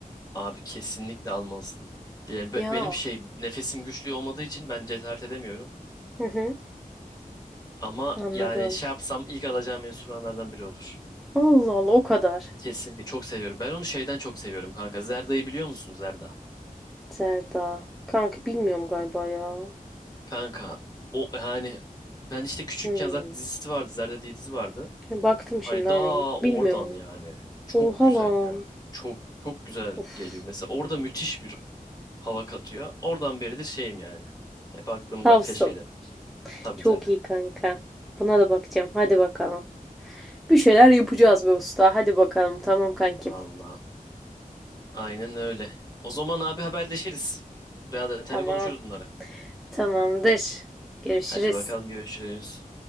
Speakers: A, on the left; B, in the centre.
A: Abi kesinlikle almalısın. Yani be-
B: Ya.
A: benim şey nefesim güçlü olmadığı için ben cesaret edemiyorum.
B: Hı hı.
A: Ama
B: Anladım.
A: yani şey yapsam ilk alacağım enstrümanlardan biri olur.
B: Allah Allah o kadar.
A: Kesinlikle çok seviyorum. Ben onu şeyden çok seviyorum kanka. Zerda'yı biliyor musun Zerda?
B: Serda. Kanka bilmiyorum galiba ya.
A: Kanka o yani ben işte küçükken
B: Hmm.
A: zaten dizisi vardı. Zerda diye dizi vardı.
B: Baktım
A: Hani
B: şimdi
A: daha
B: aynen.
A: oradan
B: Bilmiyorum.
A: yani. Çok
B: Oha
A: güzel
B: lan.
A: ya. Çok çok güzel
B: Uf.
A: geliyor. Mesela orada müthiş bir hava katıyor. Oradan beridir şeyim yani. Hep aklımda
B: Tavsın.
A: keşke de. Tabii
B: Çok
A: tabii.
B: iyi kanka. Buna da bakacağım. Hadi bakalım. Bir şeyler yapacağız be usta. Hadi bakalım. Tamam kankim.
A: Vallahi. Aynen öyle. O zaman abi haberleşiriz. Daha detaylı
B: Tamam.
A: konuşuruz bunları.
B: Tamamdır. Görüşürüz.
A: Hadi bakalım görüşürüz.